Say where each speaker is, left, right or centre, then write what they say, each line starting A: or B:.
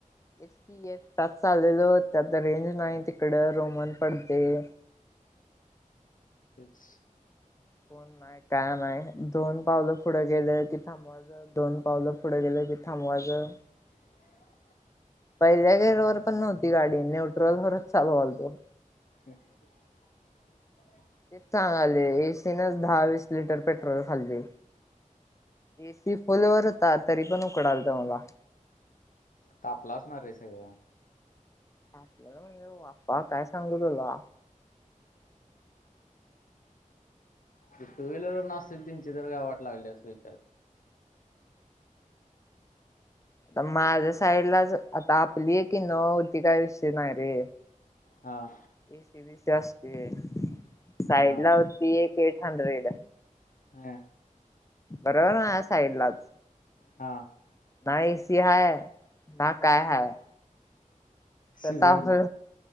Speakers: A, on the left (about 20°); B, on the left (about 75°).
A: तेच की एकटाच चाल लेलो त्यात रेंज नाही तिकडं रोमन पडतंय.
B: तेच
A: कोण नाही काय नाही, दोन पावलं पुढे गेले की थांबवायच, दोन पावलं पुढे गेले की थांबवायचं.
B: <inaudible>
A: पहिल्या गेरवर पण नव्हती गाडी न्यूट्रल वरच चालवालतो.
B: हम्
A: तेच सांगालोय ए सी नच दहा वीस लिटर पेट्रोल खाल्ली. ए सी फुलवर होता तरी पण उकडालत मला.
B: तापलं असणार रे सगळं.
A: तापलेलं म्हणजे वापा, काय सांगू तुला.
B: ती टु व्हीलर वरनं असतील तींची तर काय वाट लागली असेल विचार कर.
A: आता माझ्या साईडलाच, आता आपली एक इनोवा होती काय विषय नाही रे!
B: हा
A: ए सी बीसी असते, साईडला
B: हा
A: होती एक एट हंड्रेड
B: हम्
A: बरोबर माजा साईडलाच
B: हा.
A: ना ए सी हाय, ना काय हाय तर
B: सीझन
A: ताप